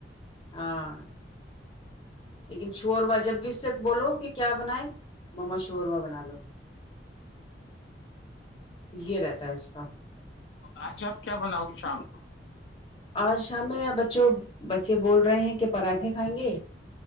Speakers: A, on the left; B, on the left.
A: ہاں لیکن شوربا جب بھی اس سے بولو کہ کیا بنائے مما شوربا بنا لو یہ رہتا ہے اس کا
B: تو آج آپ کیا بناؤ شام کو
A: آج شام میں بچوں بچے بول رہے ہیں کہ پراٹھے کھائیں گے